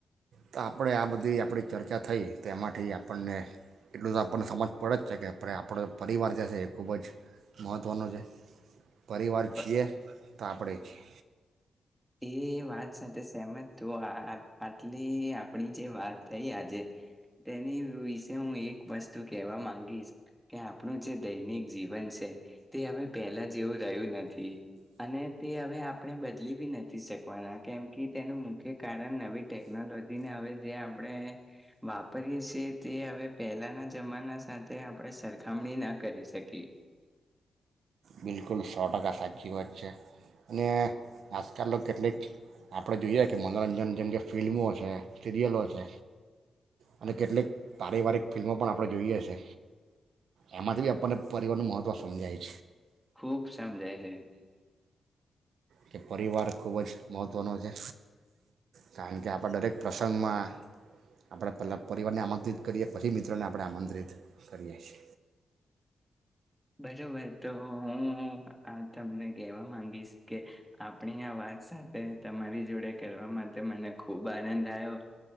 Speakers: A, on the right; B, in the centre.
A: તો આપણે આ બધી આપણી ચર્ચા થઈ તો એમાંથી આપણને એટલું તો આપણને સમજ પડે જ છે કે આપણે આપણો પરિવાર જે છે એ ખૂબ જ મહત્ત્વનો છે પરિવાર
B: પ
A: છીએ તો આપણે છીએ.
B: એ વાત સાથે સેહમત તું આ આટલી આપણી જે વાત થઈ આજે તેની વિશે હું એક વસ્તુ કેહેવા માંગીશ કે આપણું જે દૈનિક જીવન છે તે હવે પહેલા જેવું રહ્યું નથી અને તે હવે આપણે બદલી બી નથી થી શકવાના કેમ કે તેનું મુખ્ય કારણ નવી ટેકનોલોજીને હવે જે આપણે વાપરીએ છીએ તે હવે પહેલાના જમાના સાથે આપણે સરખામણી ના કરી શકીએ.
A: બિલકુલ સો ટકા સાચી વાત છે અને આજકાલનો કેટલીક આપણે જોઈએ કે મનોરંજન જેમ કે ફિલ્મો છે સિરિયલો છે અને કેટલીક પારિવારિક ફિલ્મો પણ આપણે જોઈએ છે એમાંથી બી આપણને પરિવારનું મહત્ત્વ સમજાય છે.
B: ખૂબ સમજાય છે.
A: કે પરિવાર ખૂબ જ મહત્ત્વનો છે કારણ કે આપણા દરેક પ્રસંગમાં આપણે પહેલા પરિવારને આમંત્રિત કરીએ પછી મિત્રોને આપણે આમંત્રિત કરીએ છે.
B: બરોબર તો હું આ તમને કહેવા માંગીશ કે આપણી આ વાત સાથે તમારી જોડે કરવા માટે મને ખૂબ આનંદ આવ્યો